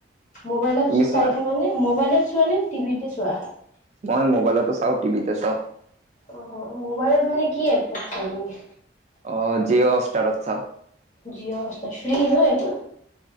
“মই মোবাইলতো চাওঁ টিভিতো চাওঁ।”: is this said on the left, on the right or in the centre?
Right